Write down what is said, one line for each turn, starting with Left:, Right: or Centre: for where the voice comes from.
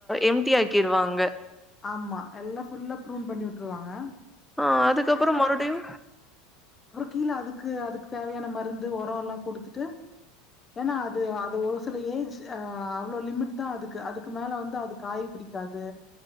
Centre: எம்டி ஆக்கிருவாங்க
Left: ஆமா எல்லா ஃபுல்லா ப்ரூம் பண்ணி விட்ருவாங்க
Centre: ஆஹ் அதுக்கப்புற மறுபடியு
Left: கீழே அதுக்கு அதுக்கு தேவையான மருந்து உரம் எல்லா குடுத்துட்டு ஏனா அது அது ஒரு சில ஏஜ் அ அவ்ளோ லிமிட் தா அதுக்கு அதுக்கு மேல வந்து அது காய் பிடிக்காது